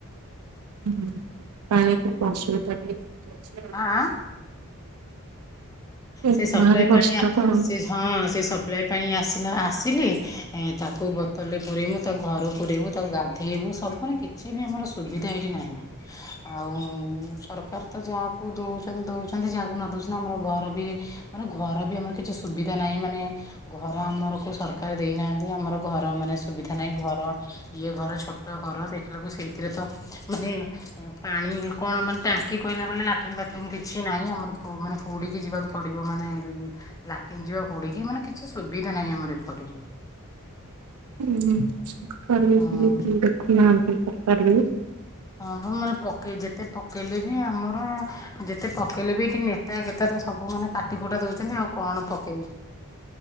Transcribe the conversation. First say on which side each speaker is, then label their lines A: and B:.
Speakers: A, on the right; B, on the left.
A: ଉଁ ହୁଁ ପାଣି କେତେ ଅସୁବିଧା ଟିକେ ଅଛି ଆଉ
B: ଆ ଆଁ।
A: ଆଉ
B: ସେ ସପ୍ଲାଏ
A: ଭାରି କଷ୍ଟ
B: ପାଣି ଆସ
A: ତ ଆଉ।
B: ସେ ହଁ ସେ ସପ୍ଲାଏ ପାଣି ଆସିଲା ଆସିଲି ଏଁ ତାକୁ ବୋତଲରେ ପୁରେଇମୁ ତାକୁ ଘରୁ ପୁରେଇମୁ ତାକୁ ଗା ଧେଇବୁ ସବୁ ମାନେ କିଛି ବି ଆମର ସୁବିଧା ଏଇଠି ନାହିଁ। ଆଉ ସରକାର ତ ଯାହାକୁ ଦଉଚନ୍ତି ଦଉଚନ୍ତି ଯାହାକୁ ନ ଦଉଚନ୍ତି ଆମର ଘର ବି ମାନେ ଘର ବି ଆମର କିଛି ସୁବିଧା ନାହିଁ ମାନେ ଘର ଆମରକୁ ସରକାର ଦେଇନାହାନ୍ତି ଆମର ଘର ମାନେ ସୁବିଧା ନାହିଁ ଘର ଇଏ ଘର ଛୋଟ ଘର ଦେଖିଲାକୁ ସେଇଥିରେ ତ ମାନେ ପାଣି କଣ ମାନେ ଟାଙ୍କି କହିଲା ବୋଲେ ଲାଟ୍ରିନ୍ ବାଥରୁମ୍ କିଛି ନାହିଁ ଆମର ଓ ମାନେ ହୁଡିକି ଯିବାକୁ ପଡିବ ମାନେ ଲାଟିନ ଯିବା ହୁଡିକି ମାନେ କିଛି ସୁବିଧା ନାହିଁ ଆମର ଏପଟେ।
A: ହୁଁ ସରକାର ବି
B: ହଁ।
A: <unintelligible> ଦେଖୁନାହାନ୍ତି ସରକାର ବି
B: ହଁ ଆମର ପକେଇ ଯେତେ ପକେଇଲେ ବି ଆମର ଯେତେ ପକେଇଲେ ବି ଏଠି ନେତା କେତେଟା ସବୁ ମାନେ କାଟି କୁଟା ଦଉଛନ୍ତି ଆଉ କଣ ପକେଇବୁ।